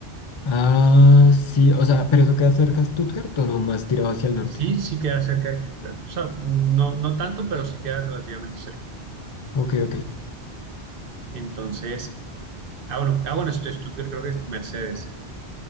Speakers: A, on the left; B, on the right.
A: Ah, sí, o sea, ¿pero eso queda cerca de Stuttgart o no más tirado hacia el norte?
B: Sí, sí queda cerca de Stuttgart, o sea, no, no tanto, pero sí queda relativamente cerca.
A: Ok, ok.
B: Entonces... Ah, bueno, ah, bueno, Stu- Stuttgart creo que es Mercedes.